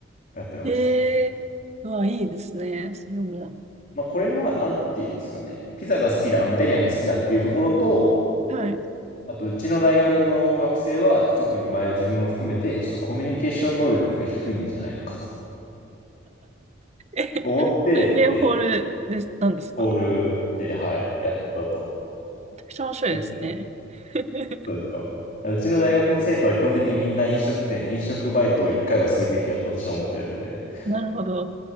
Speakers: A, on the left; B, on the right.
A: やってましたね。
B: ええーうわ、いいですね。それも。
A: まあ、これは、なんていうんですかね。ピザが好きだ、イタリアンが好きだっていうところと、
B: はい。
A: あと、うちの大学の学生は、特に前は自分も含めて、ちょっとコミュニケーション能力が低いんじゃないのかと
B: え、
A: 思って、
B: それでホールです、
A: えー
B: なんですかめ
A: オールで、はい、やったと。
B: ちゃくちゃ面白いですね。
A: だから、
B: <laughs>
A: そうですか。うちの大学の生徒は基本的にみんな飲食店、飲食バイトを一回はするべきだと私は思ってるので、
B: なるほど。